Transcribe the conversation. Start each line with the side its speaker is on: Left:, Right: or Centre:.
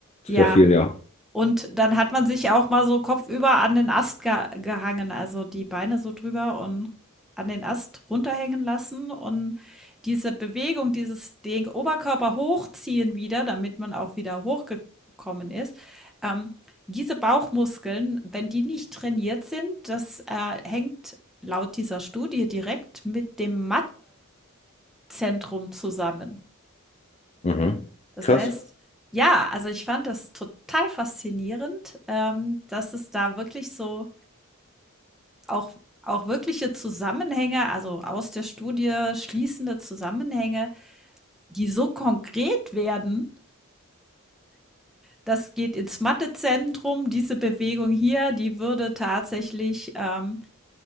Centre: Ja,
Left: Sehr viel, ja.
Centre: Und dann hat man sich auch mal so kopfüber an den Ast ge gehangen, also die Beine so drüber und an den Ast runterhängen lassen und diese Bewegung, dieses den Oberkörper hochziehen wieder, damit man auch wieder hochgekommen ist. Ähm, diese Bauchmuskeln, wenn die nicht trainiert sind, das äh, hängt laut dieser Studie direkt mit dem Mathezentrum zusammen.
Left: Mhm.
Centre: Das
Left: Krass.
Centre: heißt ja, also ich fand das total faszinierend, ähm, dass es da wirklich so auch auch wirkliche Zusammenhänge, also aus der Studie schließende Zusammenhänge, die so konkret werden, das geht ins Mathezentrum, diese Bewegung hier, die würde tatsächlich, ähm,